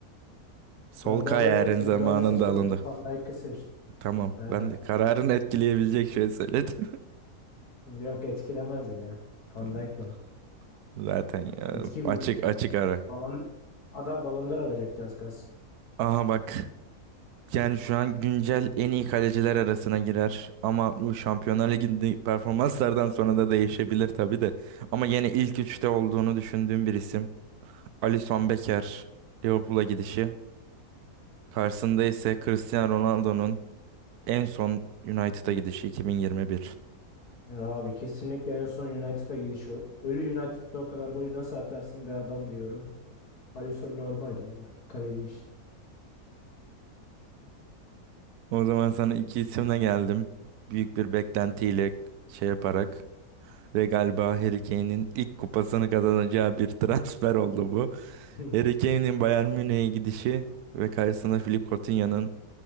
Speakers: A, on the right; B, on the left.
A: Sol
B: Ben
A: kararın
B: bu arada Maguire'ı
A: zamanında
B: seçmedim
A: alındı.
B: ki Van Dijk'ı seçtim.
A: Tamam.
B: Ha.
A: Ben de kararını etkileyebilecek şey söyledim.
B: Yok etkilemez ya.
A: <laughs>
B: Van
A: Tamam.
B: Dijk ya.
A: Zaten ya,
B: Etki
A: açık
B: büyük.
A: açık ara.
B: Balon, adam balonlar alacaktı az kalsın.
A: Aha bak. Yani şu an güncel en iyi kaleciler arasına girer. Ama bu Şampiyonlar Ligi'ndeki performanslardan sonra da değişebilir tabii de. Ama yine ilk üçte olduğunu düşündüğüm bir isim. Alisson Becker. Liverpool'a gidişi. Karşısında ise Cristiano Ronaldo'nun en son United'a gidişi 2021.
B: Ya abi kesinlikle en son United'a gidişi. o- Ölü United'da o kadar golü nasıl atarsın be adam diyorum. Alisson normal ya. Kaleci işte.
A: O zaman sana iki isimle geldim. Büyük bir beklentiyle şey yaparak ve galiba Harry Kane'in ilk kupasını kazanacağı bir <laughs> transfer oldu bu.
B: <laughs>
A: Harry Kane'in Bayern Münih'e gidişi ve karşısında Philipp Coutinho'nun